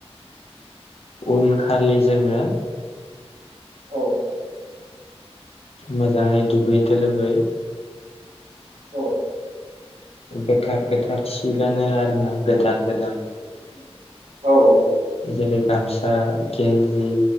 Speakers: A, on the left; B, on the right.
A: उन खालि जोङो
B: औ
A: मोजाङै दुगैथो लोबै
B: औ
A: गोथार गोथार सि गानो आरोना गोदान गोदान
B: औ औ
A: जेरै गामसा गेन्जि